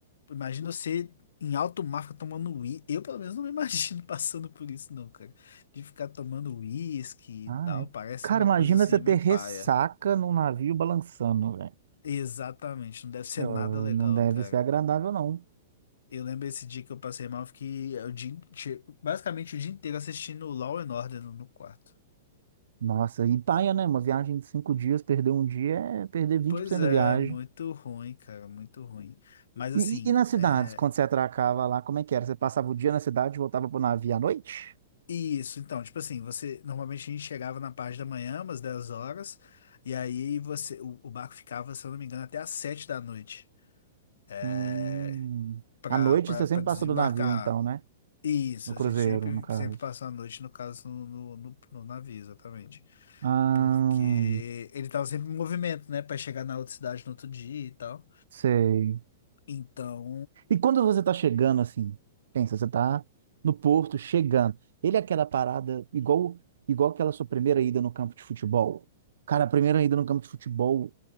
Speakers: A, on the left; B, on the right.
A: Imagina você em alto mar ficar tomando uísque. Eu, pelo menos, não me imagino <laughs> passando por isso, não, cara. De ficar tomando uísque
B: Ah,
A: e tal.
B: é.
A: Parece
B: Cara,
A: uma
B: imagina
A: coisa assim,
B: você ter
A: meio
B: ressaca
A: paia.
B: num navio balançando, velho.
A: Exatamente, não deve ser
B: Eu-
A: nada legal,
B: Não deve
A: cara.
B: ser agradável, não.
A: Eu lembro esse dia que eu passei mal, eu fiquei o dia, inte- basicamente o dia inteiro assistindo Law and Order no no quarto.
B: Nossa, e paia, né? Uma viagem de cinco dias, perder um dia é perder vinte
A: Pois
B: por cento
A: é,
B: da viagem.
A: muito ruim, cara, muito ruim. Mas assim,
B: E, e, e nas cidades,
A: é,
B: quando você atracava lá, como é que era? Você passava o dia na cidade e voltava pro navio à noite?
A: Isso, então, tipo assim, você normalmente a gente chegava na parte da manhã, umas 10 horas, e aí você o, o barco ficava, se eu não me engano, até às 7 da noite. É,
B: Hum.
A: pra,
B: À noite
A: pra,
B: você
A: pra
B: sempre
A: desembarcar.
B: passou do navio, então, né?
A: Isso,
B: No cruzeiro,
A: a gente sempre,
B: no caso.
A: sempre passou a noite, no caso, no, no, no- no navio, exatamente.
B: Ah,
A: Porque ele tava sempre em movimento, né? Pra chegar na outra cidade no outro dia e tal.
B: sei.
A: Então,
B: E quando você tá chegando assim, pensa, você tá no Porto chegando. Ele é aquela parada igual igual aquela sua primeira ida no campo de futebol. Cara, a primeira ida no campo de futebol,